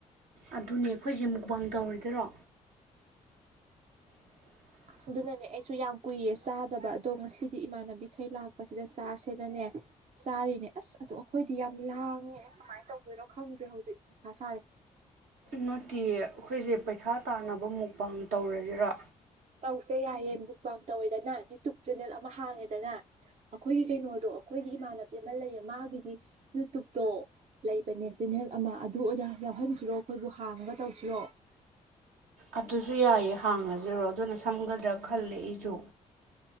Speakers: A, on the right (about 80°); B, on the right (about 50°).
A: ꯑꯗꯨꯅꯦ ꯑꯩꯈꯣꯏꯁꯦ ꯃꯨꯛꯕꯥꯡ ꯇꯧꯔꯤꯗꯣꯏꯔꯣ <inaudible>
B: ꯑꯗꯨꯅꯅꯦ ꯑꯩꯁꯨ ꯌꯥꯝ ꯀꯨꯏꯌꯦ ꯆꯥꯗꯕ ꯑꯗꯣ ꯉꯁꯤꯗꯤ ꯏꯃꯥꯟꯅꯕꯤꯈꯩ ꯂꯥꯛꯄꯁꯤꯗ ꯆꯥꯁꯤꯅꯅꯦ ꯆꯥꯔꯤꯅꯦ ꯑꯁ ꯑꯗꯣ ꯑꯩꯈꯣꯏꯗꯤ ꯌꯥꯝ ꯂꯥꯡꯉꯦ ꯑꯩ ꯀꯃꯥꯏꯅ ꯇꯧꯗꯣꯏꯅꯣ ꯈꯪꯗ꯭ꯔꯦ ꯍꯧꯖꯤꯛ ꯃꯊꯥ ꯁꯥꯔꯦ
A: ꯅꯠꯇꯦꯌꯦ ꯑꯩꯈꯣꯏꯁꯦ ꯄꯩꯁꯥ ꯇꯥꯟꯅꯕ ꯃꯨꯛꯕꯥꯡ ꯇꯧꯔꯁꯤꯔꯥ
B: ꯇꯧꯁꯦ ꯌꯥꯏꯌꯦ ꯃꯨꯛꯕꯥꯡ ꯇꯧꯋꯦꯗꯅ ꯌꯨꯇꯨꯞ ꯆꯦꯅꯦꯜ ꯑꯃ ꯍꯥꯡꯉꯦꯗꯅ ꯑꯩꯈꯣꯏꯒꯤ ꯀꯩꯅꯣꯗꯣ ꯑꯩꯈꯣꯏꯒꯤ ꯏꯃꯥꯟꯅꯕꯤ ꯑꯃ ꯂꯩꯌꯦ ꯃꯥꯒꯤꯗꯤ ꯌꯨꯇꯨꯞꯇꯣ ꯂꯩꯕꯅꯦ ꯆꯦꯟꯅꯜ ꯑꯃ ꯑꯗꯨ ꯑꯣꯏꯅ ꯌꯥꯎꯍꯟꯁꯤꯔꯣ ꯑꯩꯈꯣꯏꯕꯨ ꯍꯥꯡꯉꯒ ꯇꯧꯁꯤꯔꯣ
A: ꯑꯗꯨꯁꯨ ꯌꯥꯏꯌꯦ ꯍꯥꯡꯉꯁꯤꯔꯣ ꯑꯗꯨꯅ ꯁꯝꯒꯗ꯭ꯔꯥ ꯈꯜꯂꯦ ꯑꯩꯁꯨ